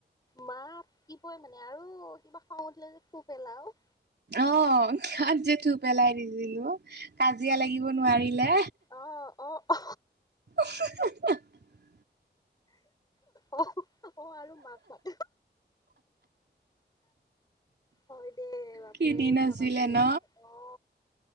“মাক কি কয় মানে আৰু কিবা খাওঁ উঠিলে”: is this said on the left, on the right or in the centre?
Left